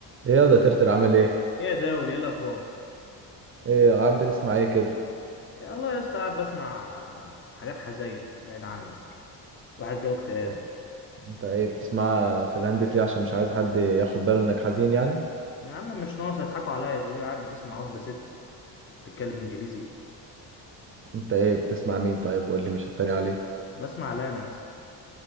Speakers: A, on the right; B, on the left.
A: ايه يا ده ترتر عامل ايه
B: ايه يا داول ايه الاخبار
A: ايه قاعد بتسمع ايه كده
B: يا الله يا اسطى قاعد بسمع آه، حاجات حزين بعيد عنك واحد جاله اكتئاب
A: ده- انت ايه بتسمع في الهاند فري عشان مش عايز حد ياخد باله انك حزين يعني
B: يا عم مش ناقص يضحكوا عليا تقول لي قاعد بتسمع واحده ست بتتكلم انجليزي
A: انت ايه بتسمع مين طيب وقول لي مش هتريق عليه
B: بسمع لانا يا اسطى